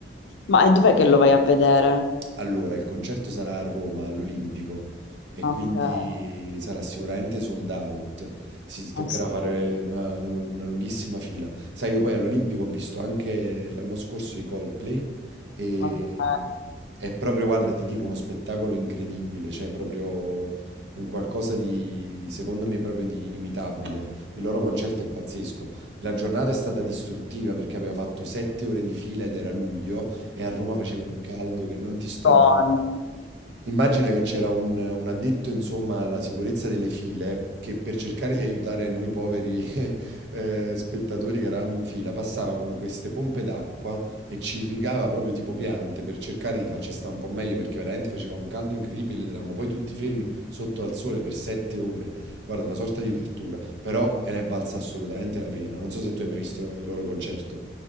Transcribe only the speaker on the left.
Ma e dov'è che lo vai a vedere?
Ok,
eh
sì,
ok,
Madonna.